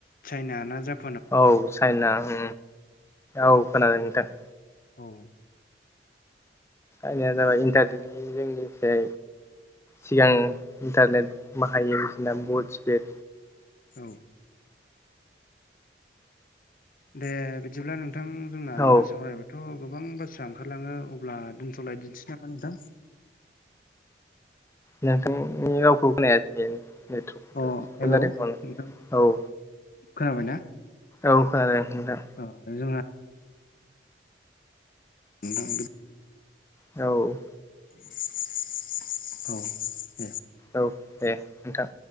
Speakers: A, on the left; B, on the left.
A: चाइना ना‌ जाप
B: औ चाइना उम औ खोनादों नोंथां,
A: औ
B: आंनिया जाबाय इन्टारनेटनि जोंनिखै, सिगां इन्टारनेट बाहायायो बिसिना बहुद स्पिड,
A: औ दे बिदिब्ला नोंथां जोंना
B: औ
A: सावरायबाय थ' गोबां बाथ्रा ओंखारलाङो अब्ला दोनथ'लायदिनिसै नामा नोंथां,
B: नोंथांनि रावखौ खोनायासै नेट्रक
A: अ हेल'
B: जादों खोमा
A: नोंथां
B: औ
A: खोनाबायना?
B: औ खोनादों नोंथां,
A: औ जोंहा <unintelligible>
B: औ
A: औ दे
B: औ दे नोंथां